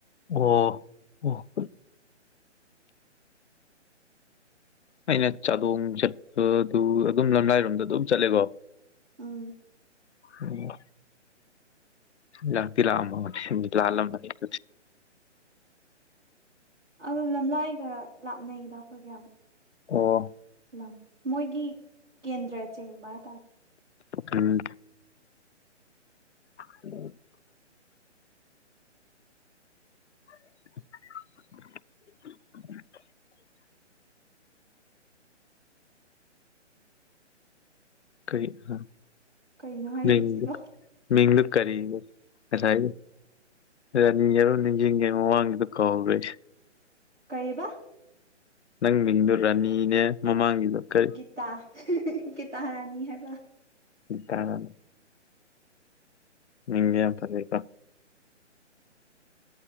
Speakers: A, on the left; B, on the right.
A: ꯑꯣ ꯑꯣ ꯑꯩꯅ ꯆꯥꯗꯣꯡ ꯆꯠꯄꯗꯨ ꯑꯗꯨꯝ ꯂꯝꯂꯥꯏꯔꯣꯝꯗ ꯑꯗꯨꯝ ꯆꯠꯂꯦꯀꯣ
B: ꯎꯝ
A: ꯎꯝ ꯂꯥꯛꯇꯤ ꯂꯥꯛ ꯑꯝꯅꯤ ꯂꯥꯜꯂꯝꯅꯤ <unintelligible>
B: ꯑꯗꯨ ꯂꯝꯂꯥꯏꯒ ꯂꯥꯞꯅꯩꯗ ꯑꯩꯈꯣꯏꯒ ꯌꯥꯝꯅ
A: ꯑꯣ
B: ꯂꯝ ꯃꯣꯏꯒꯤ ꯀꯦꯟꯗ꯭ꯔ ꯆꯤꯡꯕ ꯍꯥꯏ ꯇꯥꯔꯦ
A: ꯎꯝ <unintelligible> <unintelligible> ꯀꯔꯤ ꯃꯤ
B: ꯀꯩꯅꯣ ꯍꯥꯏꯗꯣꯏꯁꯤꯕꯣ
A: ꯃꯤꯡꯗꯨ ꯃꯤꯡꯗꯨ ꯀꯔꯤꯕ ꯉꯁꯥꯏ ꯔꯥꯅꯤ ꯍꯥꯏꯕ ꯅꯤꯡꯁꯤꯡꯏ ꯉꯩ ꯃꯃꯥꯡꯒꯤꯗꯨ ꯀꯥꯎꯒ꯭ꯔꯦ ꯑꯩꯁꯦ
B: ꯀꯩꯕ
A: ꯅꯪ ꯃꯤꯡꯗꯣ ꯔꯥꯅꯤꯅꯦ ꯃꯃꯥꯡꯒꯤꯗꯣ ꯀꯔꯤ
B: ꯒꯤꯇꯥ ꯒꯤꯇꯥꯔꯥꯅꯤ ꯍꯥꯏꯕ
A: ꯒꯤꯇꯔꯥꯅꯤ ꯃꯤꯡꯗꯣ ꯌꯥꯝ ꯐꯖꯩꯀꯣ